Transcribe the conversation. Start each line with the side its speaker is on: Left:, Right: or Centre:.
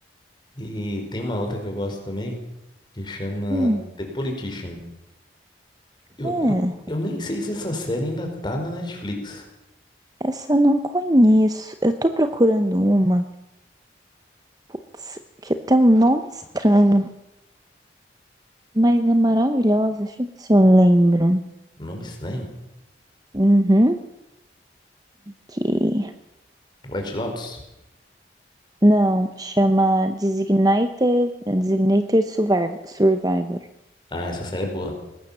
Left: E tem uma outra que eu gosto também, que chama
Right: Hum,
Left: The Politician. Eu,
Right: é,
Left: eu, eu nem sei se essa série ainda tá na Netflix.
Right: essa eu não conheço. Eu tô procurando uma. Putz, que tem um nome estranho. Mas é maravilhosa. Deixa eu ver se eu lembro.
Left: Nome estranho.
Right: Uhum. Que.
Left: White Lotus.
Right: Não, chama Designated, Designated Survivor. Survivor.
Left: Ah, essa série é boa.